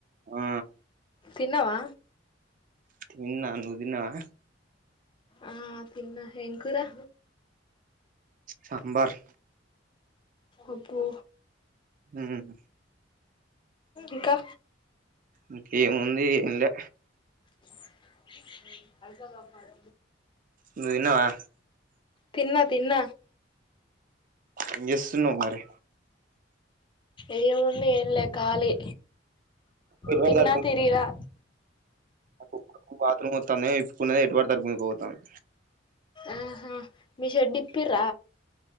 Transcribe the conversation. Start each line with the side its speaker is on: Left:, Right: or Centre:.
Right: ఆ
Left: తిన్నవా
Right: తిన్న నువ్ తిన్నవా
Left: ఆ తిన్నా ఏం కూరా
Right: సాంబార్
Left: అబ్బో
Right: మ్మ్
Left: ఇంకా
Right: ఇంకా ఏముంది ఏం లే
Left: అదకా అదికాద్ అబ్బాయి్
Right: నువ్ తిన్నవా
Left: తిన్న తిన్న
Right: ఎం చెస్తున్నావ్ మరి
Left: ఏముంది ఎంలే కాలి
Right: ఎటుపడితే
Left: తిన్న తిరిగిరా
Right: మా కుక్కకు బత్రూమ్ వతాంది ఏమో ఎప్పుకున్నది ఎటు పడుతే అటు గుంజుక పోతంది
Left: ఆహా మి షెడ్ ఇప్పిర్ర